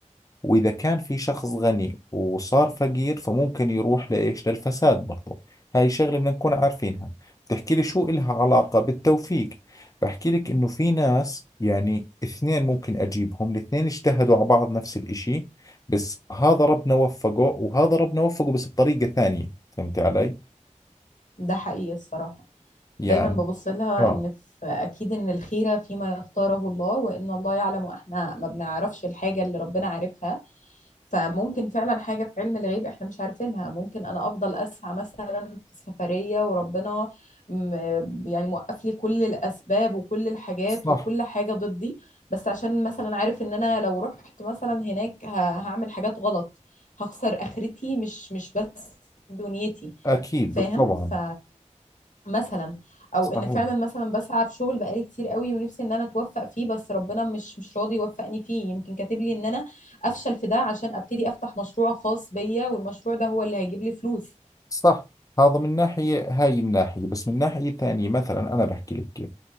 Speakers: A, on the left (about 25°); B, on the left (about 85°).
A: وإذا كان في شخص غني وصار فقير فممكن يروح لإيش للفساد برضو هاي شغلة بدنا نكون عارفينها بتحكي لي شو إلها علاقة بالتوفيق بحكي لك إنه في ناس يعني اثنين ممكن أجيبهم الاثنين اجتهدوا على بعض نفس الإشي بس هذا ربنا وفقه وهذا ربنا وفقه بس بطريقة ثانية فهمت علي
B: ده حقيقي الصراحة
A: يعني
B: دايما ببص لها
A: آه
B: ان في اكيد ان الخيره فيما يختاره الله وان الله يعلم واحنا ما بنعرفش الحاجه اللي ربنا عارفها فممكن فعلا حاجه في علم الغيب احنا مش عارفينها ممكن انا افضل اسعى مثلا في سفريه وربنا م- يعني موقف لي كل الاسباب وكل الحاجات
A: صح
B: وكل حاجه ضدي بس عشان مثلا عارف ان انا لو رحت مثلا هناك ه- هعمل حاجات غلط هخسر اخرتي مش مش بس دنيتي
A: أكيد
B: فاهم
A: طبعا
B: ف مثلا او
A: صحيح
B: ان فعلا مثلا بسعى في شغل بقالي كتير قوي ونفسي ان انا اتوفق فيه بس ربنا مش مش راضي يوفقني فيه يمكن كاتب لي ان انا افشل في ده عشان ابتدي افتح مشروع خاص بيا والمشروع ده هو اللي هيجيب لي فلوس
A: صح هذا من ناحية هاي الناحية بس من ناحية ثانية مثلا أنا بحكي لك كيف